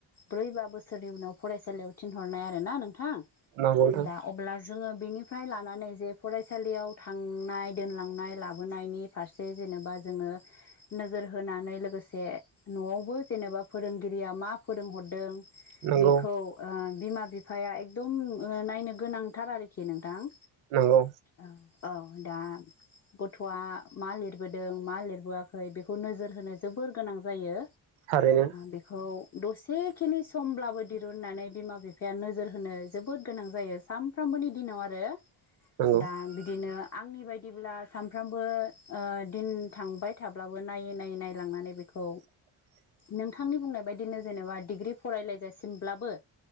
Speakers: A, on the left; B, on the right.
A: ब्रै बा बोसोरनि उनाव फरायसालियाव थिनहरनाय आरोना नोंथां।
B: नांगौ नोंथां।
A: दा अब्ला जोङो बेनिफ्राय लानानै जे फरायसालियाव थांनाय दोनलांनाय लाबोनायनि फारसे जेनेबा जोङो नोजोर होनानै लोगोसे न'आवबो जेनेबा फोरोंगिरिया मा फोरोंहरदों।
B: नंगौ
A: बेखौ बिमा बिफाया ओ। दम नायनो गोनांथार आरोखि नोंथां।
B: नंगौ।
A: औ औ दा गथ'आ मा लिरबोदों मा लिरबोआखै बेखौ नोजोर होनो जोबोर गोनां जायो।
B: थारैनो
A: बेखौ दसेखिनि समब्लाबो दिरुननानै बिमा बि बिफाया नोजोर होनो जोबोद गोनां जायो। सानफ्रामबोनि दिनाव आरो
B: नंगौ
A: दा बिदिनो आंनि बायदिब्ला सानफ्रामबो ओ दिन थांबाय थाब्लाबो नायै नायै नायलांनानै बेखौ
B: <inaudible>
A: नोंथांनि बुंनाय बायदिनो जेनेबा डिग्रि फरायलायजासिमब्लाबो